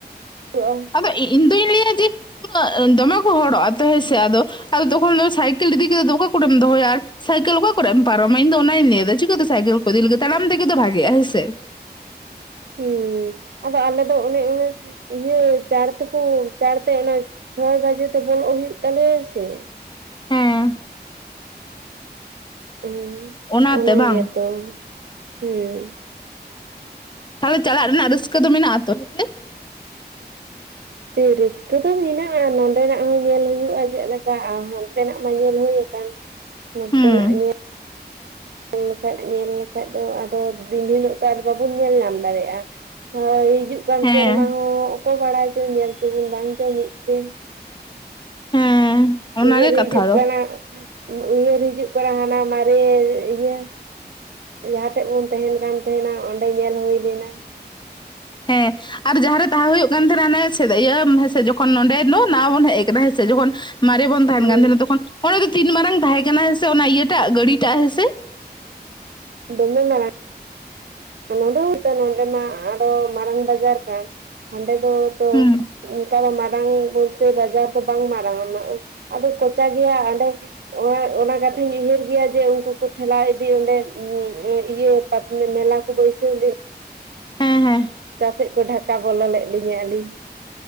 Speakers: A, on the right; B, on the left.
A: ᱛᱚᱜ-ᱟ
B: ᱟᱫᱚ ᱤᱧ ᱫᱚᱹᱧ ᱞᱟᱹᱭᱟ ᱡᱮ ᱩᱱᱟᱹᱜ ᱫᱚᱢᱮ ᱠᱚ ᱦᱚᱲᱚᱜ ᱟ ᱛᱚ ᱦᱮᱸᱥᱮ ᱟᱫᱚ ᱟᱫᱚ ᱛᱚᱠᱷᱚᱱ ᱫᱚ ᱥᱟᱭᱠᱮᱞ ᱤᱫᱤ ᱠᱟᱛᱮ ᱫᱚ ᱚᱠᱟ ᱠᱚᱨᱮᱢ ᱫᱚᱦᱚᱭᱟ ᱟᱨ ᱥᱟᱭᱠᱮᱞ ᱚᱠᱟ ᱠᱚᱨᱮᱢ ᱯᱟᱨᱚᱢᱟ ᱤᱧ ᱫᱚ ᱚᱱᱟᱧ ᱞᱟᱹᱭ ᱫᱟ ᱪᱤᱠᱟᱹᱛᱮ ᱥᱟᱭᱠᱮᱞ ᱠᱚ ᱠᱚ ᱤᱫᱤ ᱞᱟᱹᱜᱤᱫ ᱛᱟᱲᱟᱢ ᱛᱮᱜᱮ ᱛᱚ ᱵᱷᱟᱜᱮᱜ-ᱟ ᱦᱮᱸ ᱥᱮ
A: ᱩᱸ ᱟᱫᱚ ᱟᱞᱮ ᱫᱚ ᱚᱱᱮ ᱤᱱᱟᱹ ᱤᱭᱟᱹ ᱪᱟᱲ ᱛᱮᱠᱚ ᱪᱟᱲ ᱛᱮ ᱚᱱᱟ ᱪᱷᱚᱭ ᱵᱟᱡᱮ ᱛᱮ ᱵᱚᱞᱚᱜ ᱦᱩᱭᱩᱜ ᱛᱟᱞᱮᱭᱟ ᱥᱮ
B: ᱦᱮᱸ
A: ᱦᱩᱸ
B: ᱚᱱᱟᱛᱮ
A: ᱚᱱᱟ
B: ᱵᱟᱝ
A: ᱜᱮ ᱛᱚ ᱦᱩᱸ
B: ᱛᱟᱦᱚᱞᱮ ᱪᱟᱞᱟᱜ ᱨᱮᱱᱟᱜ ᱨᱟᱹᱥᱠᱟᱹ ᱫᱚ ᱢᱮᱱᱟᱜ ᱟ ᱛᱚ ᱦᱮᱸ <unintelligible> <inaudible>
A: ᱮᱭ ᱨᱟᱹᱥᱠᱟᱹ ᱫᱚ ᱢᱮᱱᱟᱜᱼᱟ, ᱱᱚᱰᱮᱱᱟᱜ ᱦᱚᱸ ᱧᱮᱞ ᱦᱩᱭᱩᱜᱼᱟ ᱪᱮᱫ ᱞᱮᱠᱟ ᱟᱨ ᱦᱟᱱᱛᱮᱱᱟᱜ ᱢᱟ ᱧᱮᱞ ᱦᱩᱭ ᱟᱠᱟᱱ, ᱱᱚᱛᱮ
B: ᱦᱩᱸ
A: ᱱᱟᱜ ᱧᱮᱞ, ᱞᱮᱠᱷᱟᱡ ᱧᱮᱞ ᱞᱮᱠᱷᱟᱡ ᱫᱚ ᱟᱫᱚ ᱫᱤᱱ ᱦᱤᱞᱳᱜ ᱫᱚ ᱟᱨ ᱵᱟᱵᱚᱱ ᱧᱮᱞ ᱧᱟᱢ ᱫᱟᱲᱮᱭᱟᱜᱼᱟ᱾ ᱦᱚᱭ ᱦᱤᱡᱩᱜ ᱠᱟᱱ
B: ᱦᱮᱸ
A: ᱥᱮᱨᱢᱟ ᱦᱚᱸ ᱚᱠᱚᱭ ᱵᱟᱲᱟᱭ ᱪᱚ ᱧᱮᱞ ᱪᱚ ᱵᱚᱱ ᱵᱟᱝ ᱪᱚ ᱢᱤᱫ ᱛᱮ᱾
B: ᱦᱮᱸ ᱚᱱᱟᱜᱮ
A: ᱩᱭᱦᱟᱹᱨ ᱦᱤᱡᱩᱜ
B: ᱠᱟᱛᱷᱟ ᱫᱚ
A: ᱠᱟᱱᱟ ᱟᱸᱦᱼ ᱩᱭᱦᱟᱹᱨ ᱦᱤᱡᱩᱜ ᱠᱟᱱᱟ ᱦᱟᱱᱟ ᱢᱟᱨᱮ ᱤᱭᱟᱹ ᱡᱟᱦᱟᱸᱴᱮᱡ ᱵᱚᱱ ᱛᱟᱦᱮᱱ ᱠᱟᱱ ᱛᱟᱦᱮᱱᱟ ᱚᱸᱰᱮ ᱧᱮᱞ ᱦᱩᱭ ᱞᱮᱱᱟ᱾
B: ᱦᱮᱸ <inaudible> ᱟᱨ ᱡᱟᱦᱟᱸᱨᱮ ᱛᱟᱦᱮᱸ ᱦᱩᱭᱩᱜ ᱠᱟᱱ ᱛᱟᱦᱮᱱᱟ ᱦᱟᱱᱮ <inaudible> ᱤᱭᱟᱹ ᱦᱮᱸ ᱥᱮ ᱡᱚᱠᱷᱚᱱ ᱱᱚᱸᱰᱮ ᱫᱚ ᱱᱟᱣᱟ ᱵᱚᱱ ᱦᱮᱡ ᱟᱠᱟᱱᱟ ᱦᱮᱸ ᱥᱮ ᱡᱚᱠᱷᱚᱱ ᱢᱟᱨᱮ ᱵᱚᱱ ᱛᱟᱦᱮᱱ
A: ᱦᱮᱸ
B: ᱠᱟᱱ ᱛᱟᱦᱮᱱᱟ ᱛᱚᱠᱷᱚᱱ ᱚᱸᱰᱮ ᱫᱚ ᱛᱤᱱ ᱢᱟᱨᱟᱝ ᱛᱟᱦᱮᱸ ᱠᱟᱱᱟ ᱦᱮᱸᱥᱮ ᱚᱱᱟ ᱤᱭᱟᱹᱴᱟᱜ ᱜᱟᱹᱰᱤ ᱴᱟᱜ ᱦᱮᱸ ᱥᱮ?
A: ᱫᱚᱢᱮ ᱢᱟᱨᱟᱝ᱾ ᱱᱚᱰᱮ ᱦᱚᱸ ᱛᱚ ᱱᱚᱰᱮ ᱢᱟ ᱟᱨ ᱦᱚᱸ ᱢᱟᱨᱟᱝ ᱵᱟᱡᱟᱨ ᱠᱟᱱ ᱦᱟᱸᱰᱮ ᱫᱚ ᱛᱚ
B: ᱦᱩᱸ
A: <unintelligible> ᱛᱟᱦᱞᱮ ᱢᱟᱨᱟᱝ ᱵᱚᱞᱛᱮ ᱵᱟᱡᱟᱨ ᱫᱚ ᱵᱟᱝ ᱢᱟᱨᱟᱝ-ᱟ ᱟᱫᱚ ᱠᱚᱪᱟ ᱜᱮᱭᱟ ᱦᱟᱸᱰᱮ <inaudible> ᱚᱱᱟ ᱠᱟᱛᱷᱟᱧ ᱩᱭᱦᱟᱹᱨ ᱜᱮᱭᱟ ᱡᱮ ᱩᱱᱠᱩ ᱠᱚ ᱴᱷᱮᱞᱟᱣ ᱤᱫᱤ ᱚᱸᱰᱮ <inaudible> ᱤᱭᱟᱹ <inaudible> ᱢᱮᱞᱟ ᱠᱚ ᱵᱟᱹᱭᱥᱟᱹᱣ ᱞᱮᱫ,
B: ᱦᱮᱸ ᱦᱮᱸ
A: ᱪᱮᱫ ᱠᱚ ᱰᱷᱟᱠᱟ ᱵᱚᱞᱚ ᱞᱮᱫ ᱞᱤᱧᱟ ᱟᱹᱞᱤᱧ